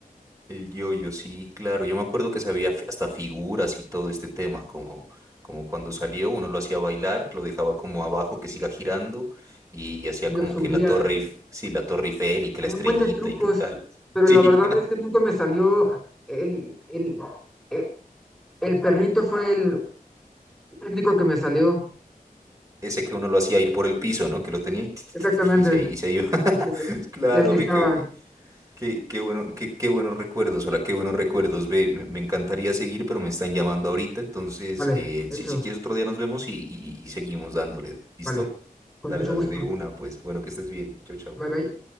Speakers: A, on the right; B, in the centre.
A: El yoyo, sí, claro. Yo me acuerdo que sabía fi- hasta figuras y todo este tema, como, como cuando salió, uno lo hacía bailar, lo dejaba como abajo que siga girando y, hacía
B: Y
A: como
B: lo subía.
A: que la torre, Eif- sí, la torre Eiffel y que
B: Había
A: la estrellita
B: un buen de trucos,
A: y qué tal. <laughs>
B: pero
A: Sí,
B: la verdad es que nunca me salió el, el, e- el perrito fue el único que me salió.
A: ese que uno lo hacía ir por el piso, ¿no? Que lo tenía y, <laughs> ti, ti,
B: Exactamente.
A: ti, ti, y se, y se iba. <laughs>
B: Y se
A: Claro,
B: deslizaba.
A: ve que Qué, qué bueno, qué, qué buenos recuerdos, hola, qué buenos recuerdos. Ve, me, me encantaría seguir, pero me están llamando ahorita. Entonces,
B: Vale,
A: eh,
B: hecho.
A: si, si quieres otro día nos vemos y, y y seguimos dándole. ¿Listo?
B: Vale. Con
A: Dale,
B: mucho
A: dale,
B: gusto.
A: de una, pues. Bueno, que estés bien. Chau, chau.
B: Bye bye.